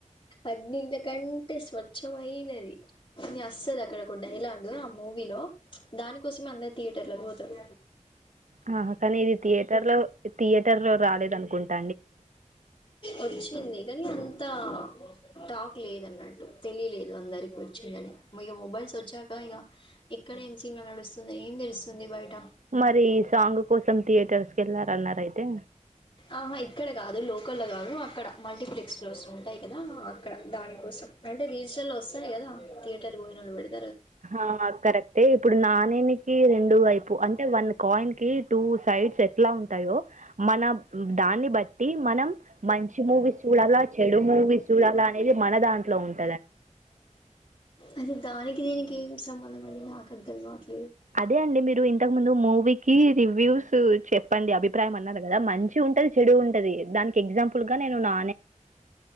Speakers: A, on the left; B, on the right.
A: అగ్నింటి కంటే స్వచ్ఛమయినది అని అస్తది అక్కడ ఒక డైలాగ్ ఆ మూవీలో ప్చ్ దానికోసమే అందరు థియేటర్ లోకి పోతరు
B: ఆ కానీ ఇది థియేటర్ లో రాలేదు అనుకుంటా
A: వచ్చింది గానీ అంతా టాక్ లేదు అన్నట్టు తెలియలేదు అందరికి వచ్చిందని ఇగా మొబైల్స్ వచ్చాక ఇగా ఇక్కడ ఏం సినిమా నడుస్తుంది ఏం తెలుస్తుంది బయట
B: మరి సాంగ్ కోసం థియేటర్స్ కి వెళ్ళారన్నారా అయితే
A: ఆహా ఇక్కడ కాదు లోకల్ల కాదు అక్కడ మల్టీప్లెక్స్ ఫ్లోర్స్ ఉంటాయి కదా అక్కడ దాని కోసం అంటే రీల్స్ లలో వస్తాయి కదా థియేటర్ పోయిన వాళ్లు పెడితే
B: ఆ కరెక్టే ఇప్పుడు నాణేనికి రెండు వైపు అంటే వన్ కాయిన్ కి టూ సైడ్స్ ఎట్లా ఉంటాయో మన దాన్ని బట్టి మనం మంచి మూవీ చూడాలా చెడు మూవీస్ చూడాలా అనేది మన దాంట్లో ఉంటు
A: అసలు దానికి దీనికి ఏం సంబంధం అండి నాకు అర్థం కావాట్లే
B: అదే అండి మీరు ఇంతకు ముందు మూవీకిి రివ్యూస్ చెప్పండి అభి అభిప్రాయం అన్నారు కదా మంచి ఉంటది చెడు ఉంటది దానికి ఎగ్జాంపుల్ నేను నా